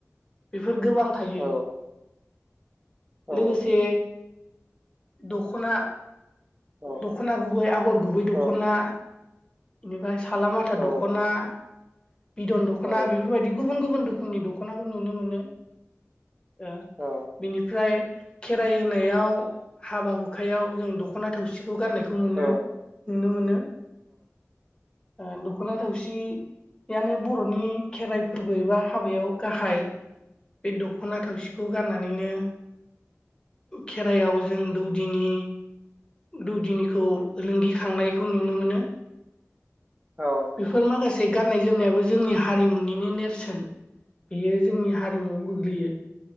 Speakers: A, on the left; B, on the right.
A: बेफोर गोबां थायो।
B: औ औ
A: लोगोसे
B: औ
A: दख'ना
B: औ
A: दख'ना गुबै, आगर गुबै दख'ना।
B: औ
A: इनिफाय सालामाथा
B: औ
A: दख'ना। बिदन दख'ना
B: औ
A: बेफोरबायदि गुबुन गुबुन रोखोमनि दख'नाखौ नुनो मोनो। ओ।
B: औ
A: बिनिफ्राय खेराइ होनायाव, हाबा हुखायाव जों दख दख'ना थावसिखौ गाननायखौ मोनो
B: औ
A: नुनो मोनो। ओ दख'ना थावसि यानो बर'नि खेराइ फोरबो एबा हाबायाव गाहाइ। बे दख'ना थावसिखौ गाननानैनो खेरायाव जों दौदिनि दौदिनिखौ ओलोंगिखांनायखौ नुनो मोनो।
B: औ
A: बेफोर माखासे गाननाय जोमनायाबो जोंनि हारिमुनिनो नेरसोन बेयो जोंनि हारिमुआव गोग्लैयो